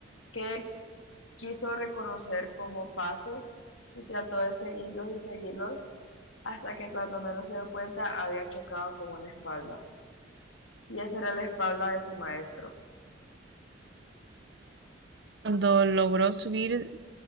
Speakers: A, on the left; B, on the right.
A: que quiso reconocer como pasos y trató de seguirlos y seguirlos hasta que cuando menos se dio cuenta había chocado con una espalda. Y esa era la espalda de su maestro.
B: Cuando logró subir,